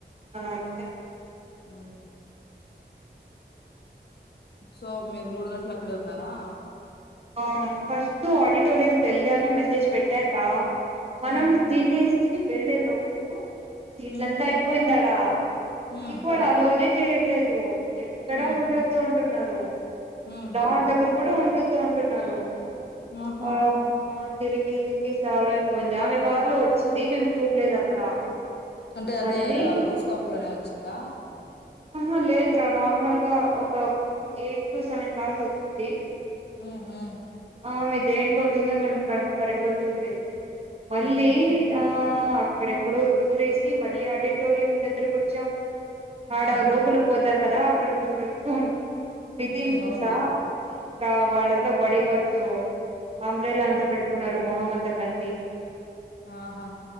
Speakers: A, on the right (about 35°); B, on the left (about 65°).
A: ఆ అంతే
B: ఉ సో మీరు మూడు గంటలు అక్కడే ఉన్నారా
A: ఆ ఫస్ట్ ఆడిటోరియంకి కేళ్దా అని మెసేజ్ పెట్టాకా మనం
B: ఉమ్
A: తినేసి వెళ్ళేలోపు సీట్లంతా
B: ఉమ్
A: అయిపోయిందడా
B: ఉమ్
A: ఇంక వాడు అలోనే చేయట్లేదు ఎక్కడా
B: ఉమ్
A: ఉండద్దు అంటున్నారు
B: ఉమ్
A: లాన్ దగ్గర కూడా ఉండద్దు అంటున్నారు
B: ఆహా
A: ఆ మా తిరిగి తిరిగి చాలు అయిపోయింది. ఆమె కారు లో వచ్చింది మేము చూడలేదు అక్కడ
B: అంటే
A: మళ్ళీ
B: అదే రూఫ్ టాప్ లోనే వచ్చిందా
A: ఆహా లేదు రా నార్మల్గా ఒక ఎయిట్ టు సెవెన్ కార్స్ వచ్చింది
B: ఉ ఉ
A: ఆ మీ దేంట్లో వచ్చిందో మేం కార్ కరెక్ట్ గా చూడలేదు మళ్ళీ
B: ఉహు
A: ఆ అక్కడెక్కడో దూరేసి మళ్ళీ ఆడిటోరియం దగ్గరకి వచ్చాం ఆడవ
B: ఉమ్
A: లోపల పోతారు కదా అక్కడ చూడచ్చు అని క్రితినీ
B: ఉమ్
A: చూసా
B: అవునులే
A: ఇంకా వాళ్ళంతా బాడీ గార్డ్స్ అంబ్రేలా
B: ఉమ్
A: అంతా పెట్ కున్నారు మొహం అంత కనిపి
B: ఆహా